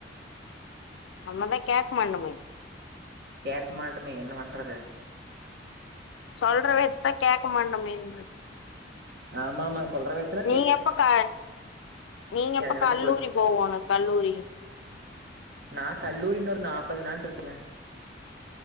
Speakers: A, on the left; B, on the right.
A: நம்மதா கேக்க மாட்டோமே
B: கேக்க மாட்டோமே என்ன பண்றது
A: சொல்ற பேச்சதா கேட்க மாட்டோமேன்ர
B: ஆமா ஆமா சொல்ற வயசுல
A: நீ எப்ப க நீங்க எப்ப
B: அதனாலதா
A: கல்லூரி
B: போய்
A: போவோணு கல்லூரி
B: நா கல்லூரி இன்னு ஒரு நாப்பது நாள் இருக்குங்க